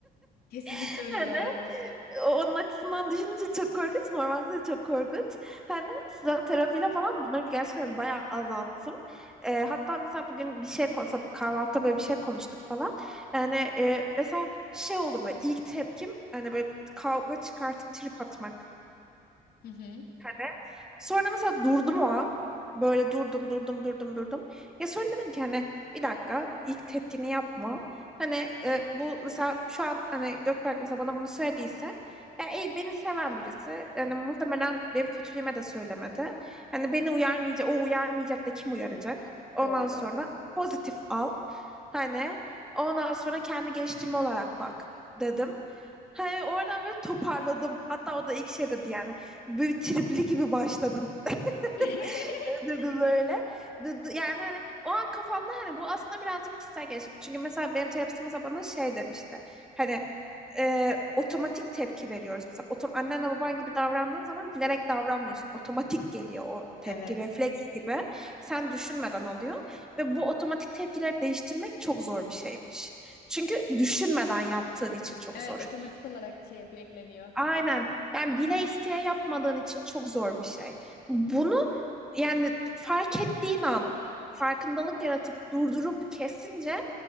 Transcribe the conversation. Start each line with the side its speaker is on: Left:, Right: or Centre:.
Left: Kesinlikle
Centre: <laughs>
Left: öyle bu arada.
Centre: onun açısından düşününce çok korkunç. Normalde de çok korkunç. Hani silah tarafıyla falan bunları gerçekten bayağı azalttım. Ee, hatta mesela bugün bir şey konuştuk. Kahvaltıda böyle bir şey konuştuk falan. Yani e, mesela şey oldu böyle ilk tepkim hani böyle kavga çıkartıp trip atmaktı.
Left: Hı hı,
Centre: Hani Sonra mesela durdum o an. Böyle durdum, durdum, durdum, durdum. Ya sonra dedim ki hani bir dakika ilk tepkini yapma. Hani e, bu mesela şu an hani Gökberk mesela bana bunu söylediyse ya, e, beni seven birisi. Yani muhtemelen benim kötülüğüme de söylemedi. Hani beni uyarmayacak, o uyarmayacak da kim uyaracak? Ondan
Left: doğru.
Centre: sonra pozitif al. Hani ondan sonra kendi geliştirme olarak bak dedim. He, oradan böyle toparladım. Hatta o da ilk şey dedi yani böyle tripli gibi başladın <laughs>
Left: <laughs>
Centre: dedi böyle. Yani hani o an kafamda hani bu aslında birazcık kişisel gelişim. Çünkü mesela benim terapistim mesela bana şey demişti. Hani e, otomatik tepki veriyoruz. Mesela otom annenle baban gibi davrandığın zaman bilerek davranmıyorsun. Otomatik geliyor o tepki,
Left: Evet.
Centre: refleks gibi. Sen düşünmeden oluyor. Ve bu otomatik tepkileri değiştirmek çok zor bir şeymiş. Çünkü düşünmeden yaptığın için çok
Left: Evet
Centre: zor.
Left: otomatik olarak şey yapıyor ekleniyor.
Centre: Aynen. Yani bile isteye yapmadığın için çok zor bir şey. Bunu yani fark ettiğin an farkındalık yaratıp durdurup kesince